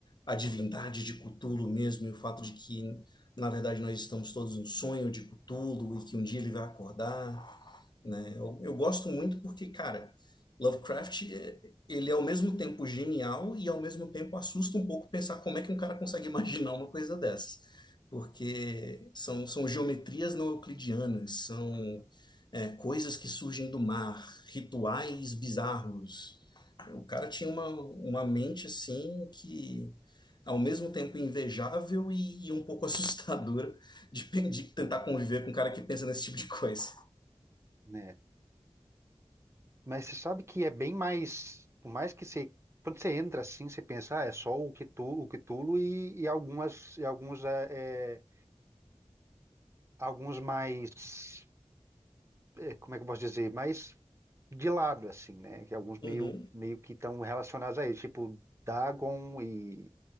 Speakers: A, on the left; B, on the right.
A: à divindade de Cthulhu mesmo, e o fato de que, na verdade, nós estamos todos num sonho de Cthulhu e que um dia ele vai acordar né? Eu, eu gosto muito porque, cara, Lovecraft, é- ele é ao mesmo tempo genial e ao mesmo tempo assusta um pouco pensar como é que um cara consegue <laughs> imaginar uma coisa dessas. Porque são, são geometrias não euclidianas, são é, coisas que surgem do mar, rituais bizarros. O cara tinha uma, uma mente assim que, ao mesmo tempo, invejável e, e um pouco <laughs> assustadora de, pe- de tentar
B: Sim,
A: conviver com um cara que pensa nesse tipo de coisa.
B: né? Mas você sabe que é bem mais, por mais que você, quando você entra assim, você pensa, ah, é só o Cthulhu, o Cthulhu e, e algumas, e alguns, é, é, alguns mais, é, como é que eu posso dizer, mais de lado assim, né? Que alguns
A: Uhum.
B: meio, meio que estão relacionados a ele, tipo Dagon e